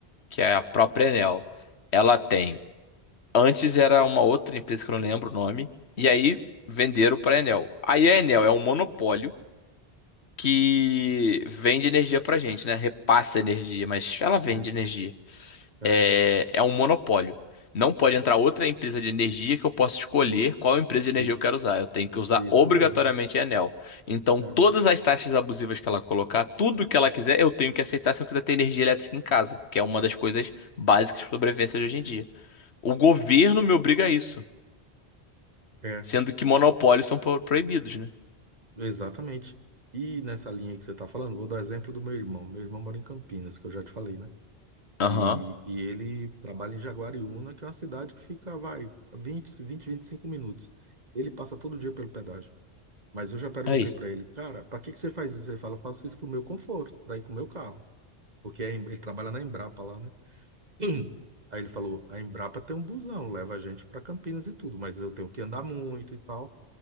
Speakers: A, on the left; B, on the right.
A: que é a própria Enel, ela tem. Antes era uma outra empresa que eu não lembro o nome, e aí venderam para a Enel. Aí a Enel é um monopólio que vende energia para gente, né? Repassa energia, mas ela vende
B: Isso.
A: energia
B: É.
A: é, é um monopólio. Não pode entrar outra empresa de energia que eu possa escolher qual empresa de energia
B: I-
A: eu quero usar. Eu tenho que usar
B: Isso
A: obrigatoriamente
B: mesmo.
A: a Enel. Então,
B: É.
A: todas as taxas abusivas que ela colocar, tudo que ela quiser, eu tenho que aceitar se eu quiser ter energia elétrica em casa, que é uma das coisas básicas de sobrevivência de hoje em dia. O governo me obriga a isso,
B: É.
A: sendo que monopólios são pro- proibidos, né?
B: Exatamente. E nessa linha que você está falando, vou dar exemplo do meu irmão. Meu irmão mora em Campinas, que eu já te falei, né?
A: Aham.
B: E, e ele trabalha em Jaguariúna, que é uma cidade que fica, vai, vinte vinte vinte e cinco minutos. Ele passa todo dia pelo pedágio. Mas eu já perguntei
A: Aí,
B: para ele, cara, para que que você faz isso? Ele fala, eu faço isso pro meu conforto, para ir com o meu carro. Porque é em- ele trabalha na Embrapa lá, né? Hum. Aí ele falou: a Embrapa tem um busão, leva a gente para Campinas e tudo, mas eu tenho que andar muito e tal.